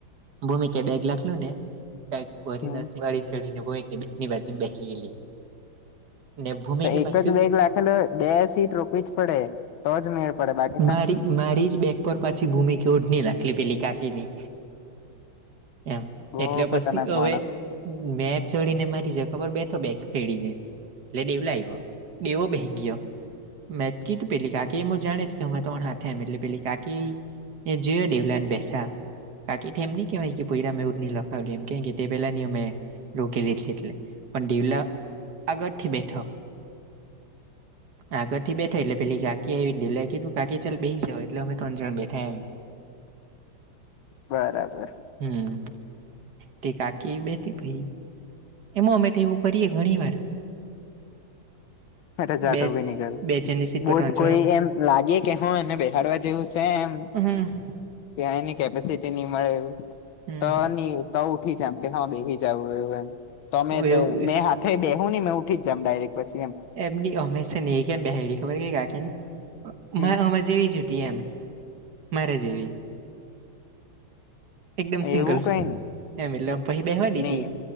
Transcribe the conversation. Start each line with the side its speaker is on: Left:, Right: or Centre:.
Right: ભૂમિક એ બેગ લખલ ને પરીને
Left: હમ
Right: સિવાળી ચડીને ભૂમિકની બેગની બાજુ બે ગયેલી ને ભૂમિકે
Left: તો એક
Right: પાછું
Left: જ બેગ લખેલો બે સીટ રોકવી જ પડે તો જ મેળ પડે બાકી તન
Right: મારી મારી જ બેગ પર પાછી ભૂમિ કે ઓઢની લખલી પેલી કાકી ની એમ
Left: બહુ
Right: એટલે
Left: ખતરનાક
Right: પછી હવે
Left: માણસ
Right: મે ચડી ને મારી જગા પર બેઠો બેક ફેડીને એટલે દેવ લ આવ્યો દેવો બેહે ગયો મેટકીી પેલી કા ાકી એમું જાણે છે કે હ ત્રણ હાથે એમ એટલે પે કાકી ને જોયો દેવલા ને બેઠા બાાકીથી એમ ન કેહેવાય કે ભરા મે ઉ લખાવ્યું એમ કે કે તે પેલા નની અમે રોકેલી એટલે એટલે પણ દેવલા આગળથી બેઠો આગથી બે થઈલે પેલી ગ કેવી દ લ તું કાકી ચાલ બેસી જવા એટલે અમે ત્રણ જણ બેઠા એમ
Left: બરાબર
Right: હમ તે કાકી બેતી ભાઈ એમાં અમે તો એવું કરીએ ઘણી વાર
Left: એટ જાટો
Right: બે
Left: બનીગલ
Right: બે જણની સીટ
Left: બોજ
Right: પર ત્રણ
Left: કોઈ
Right: જણ અમે
Left: એમ લાગે કે હો બેસાાડવા જેવું છે એમ
Right: હમ
Left: ત્યા એની કેપેસિટી નહ મળે એવું
Right: હમ
Left: તો તો ઉઠી જમ કે હા બેહી જાવ એવું એમ તમે
Right: એવું
Left: મેંા થ બેવું ને મે ઉી જમ ડાયરેક્ટ પછી એમ
Right: એમની અમે છે નહ કેમ બહેડી ખબર કે ગા કેની
Left: હમ
Right: અમે જેવી જટી એમ મારે જેવી એકદમ
Left: એવું
Right: સિંગલ
Left: કઈ નને
Right: એમ એટલે પછી બેહવા દીધી
Left: નહી